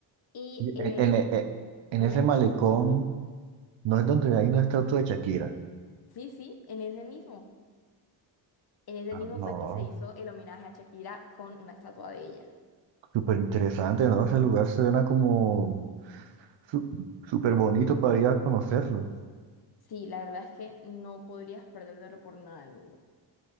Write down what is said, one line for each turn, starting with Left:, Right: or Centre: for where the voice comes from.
Left: Y
Right: Y
Left: eh,
Right: En, en e- e- en
Left: dime.
Right: ese malecón, no es donde hay una estatua de Shakira.
Left: Sí, sí, en ese mismo. En ese
Right: Ah,
Left: mismo
Right: no.
Left: fue que se hizo el homenaje a Shakira con una estatua de ella.
Right: Súper interesante, ¿no? Ese lugar suena como su- súper bonito para ir a conocerlo.
Left: Sí, la verdad es que no podrías perdértelo por nada del mundo.